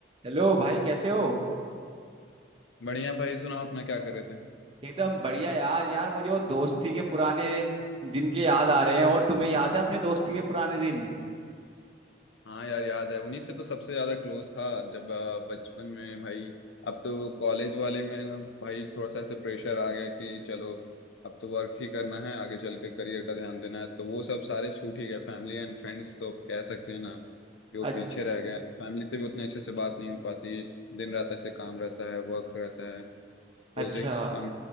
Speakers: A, on the right; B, on the left.
A: Hello भाई कैसे हो
B: बढ़िया भाई सुनाओ अपना क्या कर रहे थे
A: एकदम बढ़िया यार यार मुझे वो दोस्ती के पुराने दिन के याद आ रहे हैं और तुम्हें याद है अपने दोस्ती के पुराने दिन
B: हाँ यार याद है उन्हीं से तो सबसे ज्यादा क्लोज था जब अ, बचपन में भाई अब तो कॉलेज वाले में ना भाई थोड़ा सा ऐसे प्रेशर आ गया कि चलो अब तो वर्क ही करना है आगे चल के करियर का ध्यान देना है तो वो सब सारे छूट ही गए फैमिली एंड फ्रेंड्स तो अब कह सकते हैं ना कि वो
A: अच्छा
B: पीछे रह गए फैमिली से भी उतने अच्छे से बात नहीं हो पाती दिन रात ऐसे काम रहता है वर्क रहता है प्रोजेक्ट्स
A: अच्छा
B: कम